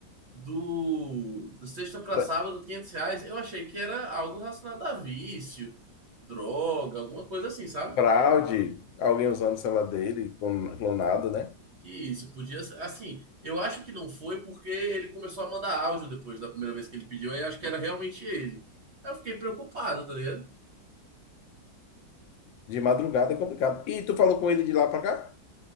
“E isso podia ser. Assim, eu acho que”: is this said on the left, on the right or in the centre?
Right